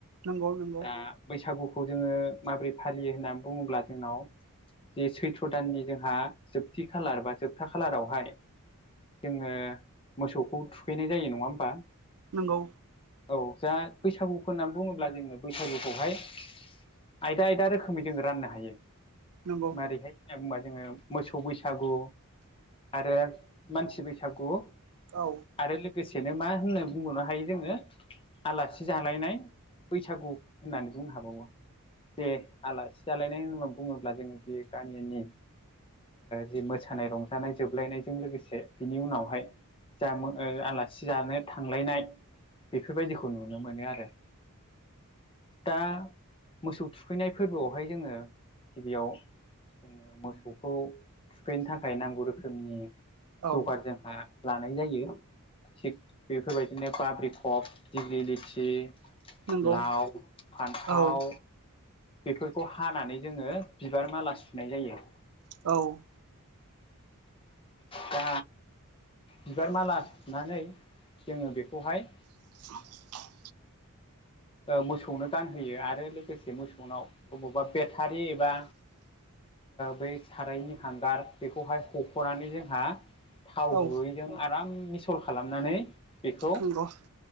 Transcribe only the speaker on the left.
दा बैसागुखौ जोङो माबोरै फालियो होननानै बुङोब्ला जोंनाव जे सैथ्र' दाननि जोंहा जोबथि खालार बा जोबथा खालारावहाय जोङो मोसौखौ थुखैनाय जायो नङा होमबा?
औ जा बैसागु होननानै बुङोब्ला जोङो बैसागुखौहाय आयदा आयदा रोखोमै जोङो राननो हायो।
मारैहाय होनना बुंबा जोङो मोसौ बैसागु आरो मानसि बैसागु
आरो लोगोसेनो मा होननो बुंबावनो हायो जोङो आलासि जालायनाय बैसागु होननानै बुंनो हाबावो। जे आलासि जालायनायनि होननानै बुङोब्ला जों जे गामिनि जि मोसानाय रंजानाय जोबलायनाय जों लोगोसे बिनि उनावहाय जा आलासि जानो थांलायनाय बेफोरबायदिखौ नुनो मोनो आरो। दा मोसौ थुखैनाय फोरबोआवहाय जोङो गिबियाव जोङो मोसौखौ थुखैनो थाखाय नांगौ रोखोमनि
जगार जोंहा लानाय जायो थिग बेफोरबायदिनो बाब्रिकब दिग्लि लिथि
लाव, फान्थाव
बेफोरखौ हानानै जोङो बिबार माला सुनाय जायो।
दा बिबार माला सुनानै जोङो बेखौहाय
मोसौनो गानहोयो आरो लोगोसे मोसौनाव अबावबा बेटारि एबा बै सारायनि हांगार बेखौहाय हख'नानै जोंहा थाव
गुबैजों आराम मिसल खालामनानै बेखौ